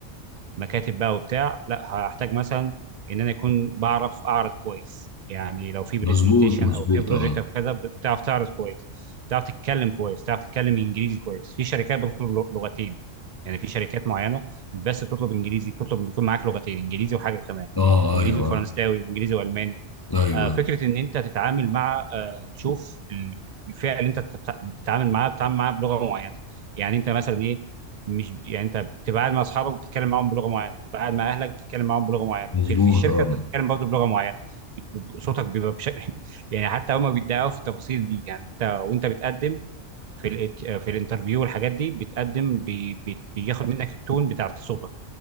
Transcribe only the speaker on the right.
مكاتب بقى وبتاع لا هحتاج مثلا ان انا يكون بعرف اعرض كويس يعني لو في برزنتيشن
او في بروجكت
او كذا بتعرف تعرض كويس بتعرف تتكلم كويس بتعرف تتكلم انجليزي كويس في شركات بتطلب لغ- لغتين يعني في شركات معينه مش بس بتطلب انجليزي بتطلب بيكون معاك لغتين انجليزي وحاجه كمان
انجليزي
وفرنساوي انجليزي والماني
آه، فكره ان انت تتعامل مع آه، تشوف ال- الفئه اللي انت بتت- بتتعامل معاها بتتعامل معاها بلغه معينه يعني انت مثلا ايه مش يعني انت بتبقى قاعد مع اصحابك بتتكلم معاهم بلغه معينه بتبقى قاعد مع اهلك بتتكلم معاهم بلغه معينه
في في الشركه
انت بتتكلم برضه بلغه معينه بت- ب- صوتك بيبقى بشكل <laughs> يعني حتى هما بيتدققوا في التفاصيل دي يعني انت وانت بتقدم في ال في الانترفيو والحاجات دي بتقدم بي بي بياخد منك التون بتاع صوتك